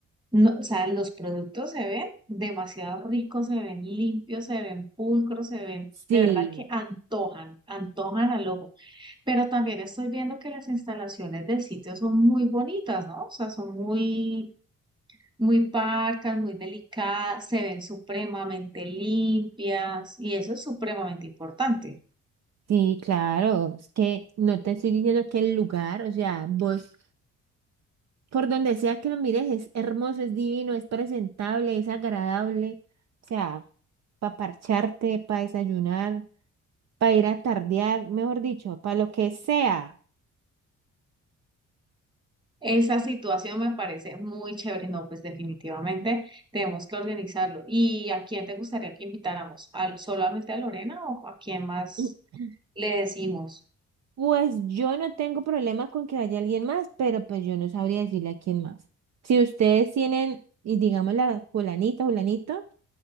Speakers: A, on the right; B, on the right.
A: no, o sea, los productos se ven demasiado ricos, se ven limpios, se ven pulcros, se ven,
B: Sí.
A: de verdad que antojan, antojan al ojo. Pero también estoy viendo que las instalaciones del sitio son muy bonitas, ¿no? O sea, son muy muy parcas, muy delicadas, se ven supremamente limpias y eso es supremamente importante.
B: Sí, claro, es que no te estoy diciendo que el lugar, o sea, vos Por donde sea que lo mires, es hermoso, es divino, es presentable, es agradable. O sea, para parcharte, para desayunar, para ir a tardear, mejor dicho, para lo que sea.
A: Esa situación me parece muy chévere. No, pues definitivamente tenemos que organizarlo. ¿Y a quién te gustaría que invitáramos? ¿Al, solamente a Lorena o a quién más
B: <clears throat>
A: le decimos?
B: Pues yo no tengo problema con que vaya alguien más, pero pues yo no sabría decirle a quién más. Si ustedes tienen, y digamos la fulanita, fulanito,